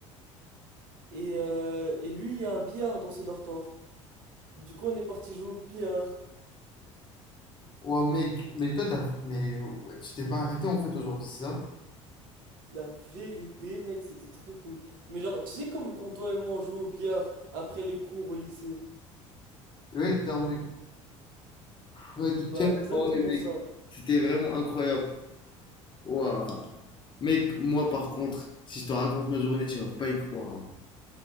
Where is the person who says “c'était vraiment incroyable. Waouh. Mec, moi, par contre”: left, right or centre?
Left